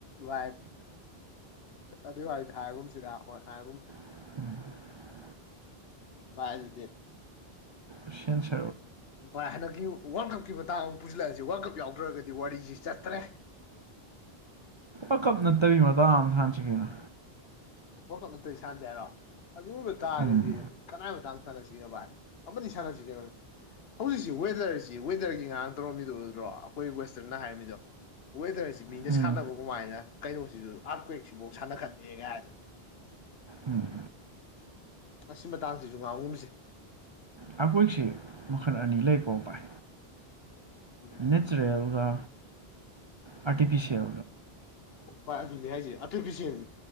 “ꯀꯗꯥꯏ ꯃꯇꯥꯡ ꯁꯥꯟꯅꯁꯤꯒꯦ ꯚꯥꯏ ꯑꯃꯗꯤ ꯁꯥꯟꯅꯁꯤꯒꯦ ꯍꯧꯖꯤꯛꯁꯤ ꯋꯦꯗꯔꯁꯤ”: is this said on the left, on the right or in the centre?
Left